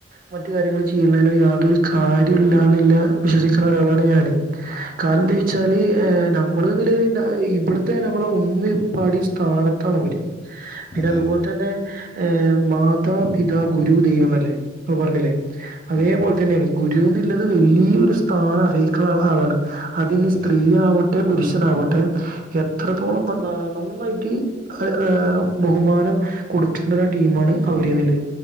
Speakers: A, on the right; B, on the left.
A: മറ്റു കാര്യങ്ങള് ചെയ്യ്ണേലൊ യാതൊരു കാര്യോല്ലാന്ന്ല്ലെ വിശ്വസിക്ക്‌ണ ഒരാളാണ് ഞാന്. കാരണന്തെയ്ച്ചാല് ഏ നമ്മള് <unintelligible> ഇവിടുത്തെ നമ്മളെ ഉമ്മിപ്പാടിസ് താനത്താണവര്. പിന്നെ
B: അതെ
A: അതുപോലതന്നെ
B: അതെ
A: ഏഹ് മാതാപിതാ ഗുരു ദൈവംന്നല്ലേ? ഇപ്പൊ പറഞ്ഞില്ലേ അതേപോലതന്നേണ്
B: ഉം.
A: ഗുരുന്നില്ലത് വല്ല്യോര് സ്ഥാനം അർഹിക്ക്ണ ആളാണ്. അത്‌നി സ്ത്രീയാവ
B: അതെ
A: ട്ടെ പുരുഷനാവട്ടെ എത്രത്തോളം ന നന്നായിട്ട് അആ ബഹുമാനം കൊട്ക്കേണ്ടത് ടീമാണ് അവര്ന്ന്ല്ലത്.